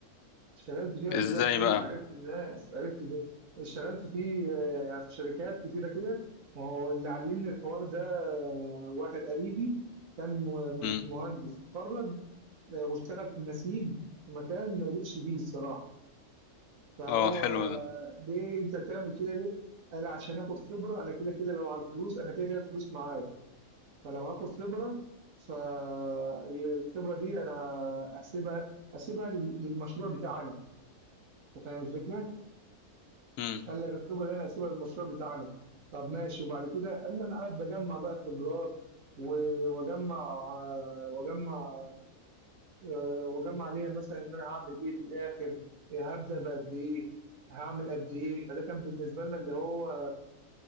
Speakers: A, on the right; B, on the left.
A: اشتغلت فيه قبل
B: ازاي
A: كده كتير
B: بقى
A: وعرفت الناس عرفت ده اشتغلت فيه آه، في شركات كتيرة كده وهو اللي علمني الحوار ده آه، واحد قريبي كان م-
B: امم
A: مهندس اتخرج آه، واشتغل في النسيج في مكان ما يليقش بيه الصراحة فهو
B: اه حلو
A: آه،
B: ده
A: ليه انت تعمل كده ليه؟ قال عشان اخد خبرة انا كده كده لو على الفلوس انا كده كده الفلوس معايا فلو هاخد خبرة فالخبرة دي انا هسيبها هسيبها لل- للمشروع بتاعنا انت فاهم الفكرة؟
B: امم
A: قال لك الخبره اللي انا هسيبها للمشروع بتاعنا طب ماشي وبعد كده قال لي انا قاعد بجمع بقى خبرات و- واجمع آه، واجمع آه، واجمع ليا مثلا ان انا هعمل ايه في الاخر آه، هبدا بقد ايه هعمل قد ايه فده كان بالنسبه لنا اللي هو